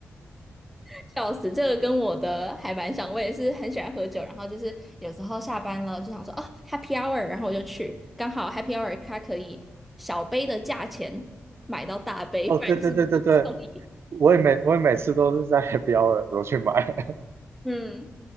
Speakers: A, in the centre; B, on the right.
A: 笑死，这个跟我的还蛮像，我也是很喜欢喝酒，然后就是有时候下班了就想说哦，happy hour，然后我就去，刚好 happy hour 它可以小杯的价钱买到大杯，
B: 哦，
A: 不然就是买一送一。
B: 对对对对对，我也每我也每次都是在 h 的时候去买。
A: 嗯，